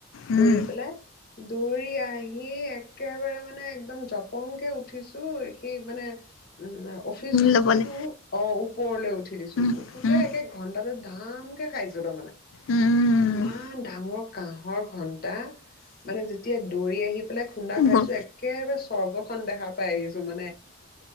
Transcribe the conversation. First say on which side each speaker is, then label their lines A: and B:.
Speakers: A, on the left; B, on the left.
A: উম
B: দৌৰি পেলাই। দৌৰি আহি সি একেবাৰে মানে একদম জপঙকে উঠিছো। এ সেই মানে, উম অফিচটোৰ,
A: ল'বলে
B: অ' ওপৰলৈ উঠি দিছো
A: উম
B: । উঠোঁতে
A: উম
B: একে ঘণ্টাটো ধামকৈ খাইছোঁ তাৰমানে।
A: উম
B: ইমান ডাঙৰ। কাঁহৰ ঘণ্টা মানে যেতিয়া দৌৰি আহি পেলাই খুন্দা খাইছো
A: মোৰ
B: একেবাৰে চওা দেখা পাই ম